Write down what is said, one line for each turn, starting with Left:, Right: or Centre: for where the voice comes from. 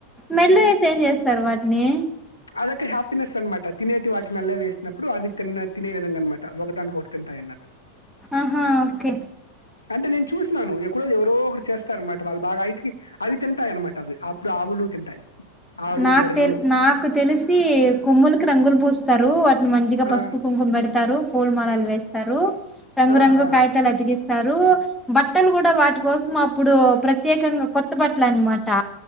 Centre: మెల్లో వేసి ఏం చేస్తారు వాటిని
Left: అదొక హ్యాపీనెస్ అనమాట తినేటి వాటి మెళ్ళో వేసినప్పుడు అవి తి తినే విధంగా అనమాట ఒకదాని ఒకటి తింటాయి అన్నట్టు
Centre: ఆహా ఓకే
Left: అంటే నేను చూసినాను ఎక్కడో ఎవరో ఒకరు చేస్తార అనమాట వాళ్ళు బాగా యటికి అవి తింటాయి అనమాట అవి అప్పుడు ఆవులు తింటాయి ఆవులు,
Centre: నాకు
Left: బర్రెలు.
Centre: తె నాకు తెలిసి కొమ్ములకి రంగులు స్తారు వాటిని మంచిగా పసుపు
Left: ఆ!
Centre: కుంకుమ పెడతారు పూల మాలలు వేస్తారు రంగు
Left: ఆ!
Centre: రంగు
Left: ఆ!
Centre: కాగితాలు అతికిస్తారు స్తారు బట్టలు కూడా వాటి కోసం అప్పుడు ప్రత్యేకంగా కొత్త బట్టలు అనమాట